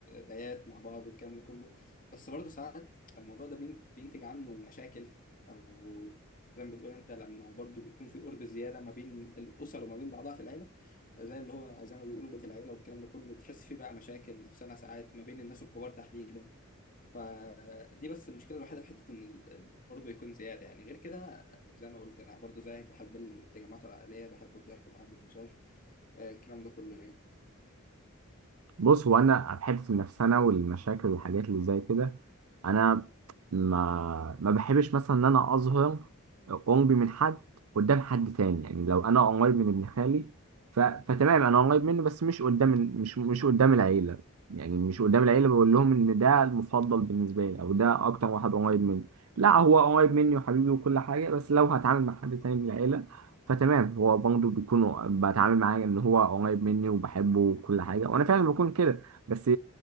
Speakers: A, on the left (about 40°); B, on the right (about 80°).
A: بيات مع بعض والكلام ده كله بس برضه ساعات الموضوع ده بين- بينتج عنه مشاكل او زي ما بتقول انت لما برضه بيكون في قرب زياده ما بين الاسر وما بين بعضها في العيله زي اللي هو زي ما بيقولوا بيت العيله والكلام ده كله بتحس فيه بقى مشاكل نفسنا ساعات ما بين الناس الكبار تحديدا فدي بس المشكله الوحيده في حته ان ال- ال- برضه يكون زياده يعني غير كده زي ما قلت انا برضه زيك بحب التجمعات العائليه بحب الضحك بحب الهزار آه، الكلام ده كله يعني
B: بص هو انا في حته النفسنه والمشاكل والحاجات اللي زي كده انا ما ما بحبش مثلا ان انا اظهر قربي من حد قدام حد تاني يعني لو انا قريب من ابن خالي ف... فتمام انا قريب منه بس مش قدام ال- مش مش قدام العيله يعني مش قدام العيله بقول لهم ان ده المفضل بالنسبه لي او ده اكتر واحد قريب مني لا هو قريب مني وحبيبي وكل حاجه بس لو هتعامل مع حد تاني من العيله فتمام هو برضه بيكون بتعامل معاه ان هو قريب مني وبحبه وكل حاجه وانا فعلا بكون كده بس